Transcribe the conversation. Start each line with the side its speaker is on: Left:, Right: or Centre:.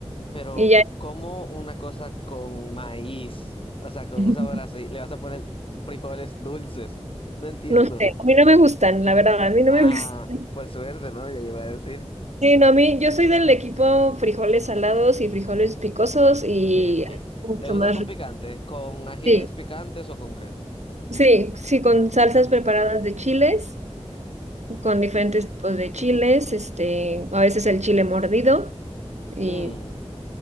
Left: Pero,
Right: y ya
Left: ¿cómo una cosa con maíz? O sea, con
Right: <laughs>
Left: un sabor así, le vas a poner frijoles dulces. No entiendo.
Right: no sé, a mí no me gustan, la verdad, a mí no
Left: Ah,
Right: me gustan.
Left: por suerte, ¿no? Ya yo iba a decir.
Right: Sí, no, a mí yo soy del equipo frijoles salados y frijoles picosos y
Left: Bien, bien.
Right: mucho
Left: ¿Te gustan
Right: más
Left: con
Right: rico.
Left: picante? ¿Con ajíes
Right: Sí,
Left: picantes o con qué?
Right: sí, sí, con salsas preparadas de chiles. con diferentes tipos de chiles, este, a veces el chile mordido y
Left: Mmm.